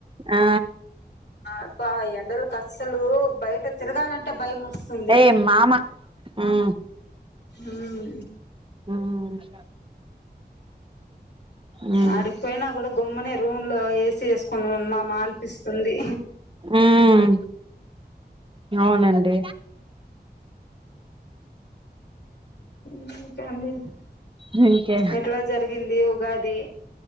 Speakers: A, on the right; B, on the left.
A: ఆ
B: అబ్బా ఈ ఎండలకి కష్టం సలు బయట తిరగాలంటే భయం వస్తుంది
A: ఏ మామ మ్మ్
B: ఉమ్
A: మ్మ్ అ ఉమ్
B: అడికిపోయినా కూడ గుమ్మనే రూమ్ లో ఏ సీ ఎస్ కొన్ని ఉన్నామా అనిపిస్తుంది
A: ఉమ్ అవునండి
B: నైట్ అండి
A: ఇంకే
B: ఎట్లా జరిగింది ఒక ఉగాది